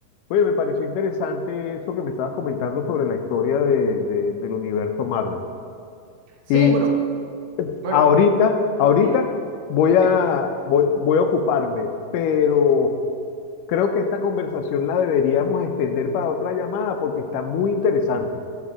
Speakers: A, on the left (about 80°); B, on the right (about 75°).
A: oye, me pareció interesante eso que me estabas comentando sobre la historia de- de- del universo Marvel.
B: Sí,
A: Y
B: bueno, bueno,
A: ahorita,
B: eh,
A: ahorita
B: dime,
A: voy
B: dime.
A: a, voy, voy a ocuparme, pero creo que esta conversación la deberíamos extender para otra llamada porque está muy interesante.